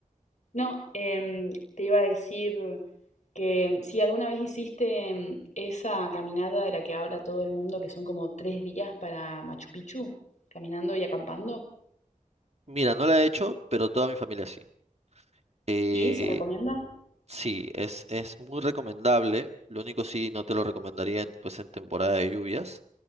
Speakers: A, on the left (about 60°); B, on the right (about 50°).
A: No, em, te iba a decir que si alguna vez hiciste em, esa caminata de la que habla todo el mundo, que son como tres días para Machu Picchu, caminando y acampando,
B: Mira, no la he hecho, pero toda mi familia sí. Eh,
A: ¿y se recomienda?
B: Sí, es, es muy recomendable. Lo único sí, no te lo recomendaría en, pues en temporada de lluvias.